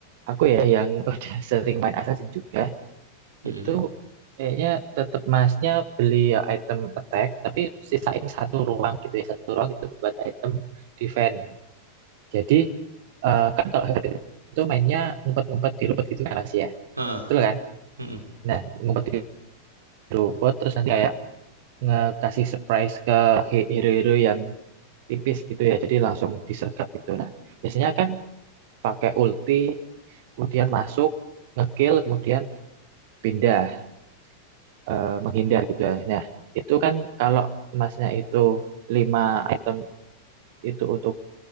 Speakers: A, on the right (about 50°); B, on the right (about 80°).
A: aku ya yang <laughs> udah sering main Assassin juga,
B: Mm-mm.
A: itu kayaknya tetap masnya beli ya item attack, tapi sisain satu ruang gitu ya, satu ruang itu buat item defense. Jadi eh, kan kalau herd itu mainnya ngumpet-ngumpet di robot gitu kan Mas ya.
B: Heeh.
A: Betul kan?
B: mm
A: Nah, ngumpet di robot terus nanti kayak ngasih surprise ke hero-hero yang tipis gitu ya. Jadi langsung disergap gitu. Nah, biasanya kan pakai ulti, kemudian masuk, ngekill, kemudian pindah, eh, menghindar gitu ya. Nah, itu kan kalau emasnya itu 5 item itu untuk